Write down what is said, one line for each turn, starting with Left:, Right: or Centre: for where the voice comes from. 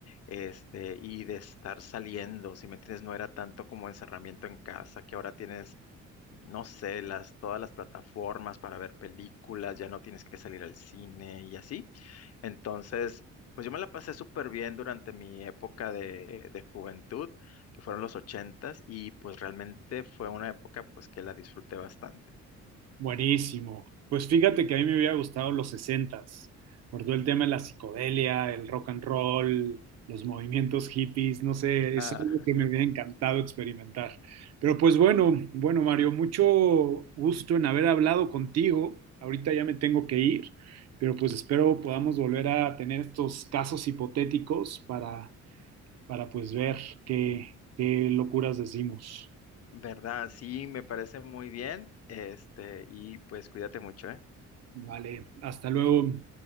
Left: este, y de estar saliendo, si me entiendes, no era tanto como encerramiento en casa, que ahora tienes, no sé, las, todas las plataformas para ver películas, ya no tienes que salir al cine y así. Entonces, pues yo me la pasé súper bien durante mi época de, de juventud, que fueron los ochentas, y pues realmente fue una época pues que la disfruté bastante.
Right: Buenísimo. Pues fíjate que a mí me hubiera gustado los sesentas, por todo el tema de la psicodelia, el rock and roll, los movimientos hippies, no sé,
Left: Ah,
Right: es algo que me hubiera encantado experimentar. Pero pues bueno, bueno Mario, mucho gusto en haber hablado contigo. Ahorita ya me tengo que ir, pero pues espero podamos volver a tener estos casos hipotéticos para, para pues ver qué, qué locuras decimos.
Left: ¿verdad? Sí, me parece muy bien. Este, y pues cuídate mucho, ¿eh?
Right: Vale, hasta luego.